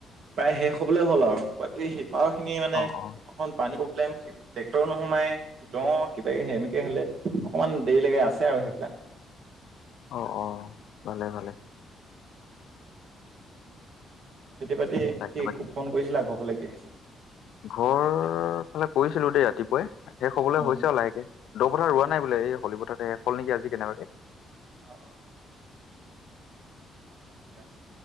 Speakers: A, on the right (about 65°); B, on the left (about 75°).
A: প্ৰায় শেষ হবলে হ'ল আৰু বাকী সিপাৰ খিনি মানে
B: অ অ
A: অকণ পানীৰ প্ৰব্লেম। ট্ৰেক্টৰ নোসোমাই দ কিবা কিবি এনেকে হলে অকমান দেৰি লাগে আছে আৰু সেইবিলাক?
B: অঁ, অঁ, ভালে-ভালে।
A: খেতি বাতি
B: তাকে
A: কি?
B: বাকী
A: ফোন কৰিছিলা আ ঘৰ ফালে কি হৈছে?
B: ঘৰ ফালে কৰিছিলো দেই ৰাতিপুৱাই শেষ হবলৈ
A: অ
B: হৈছে আৰু লাহেকে। দ পথাৰ ৰোৱা নাই বোলে এই হলী পথাৰ শেষ হল নেকি আজি কেনেবাকে।
A: অ অ ঠিক আছে।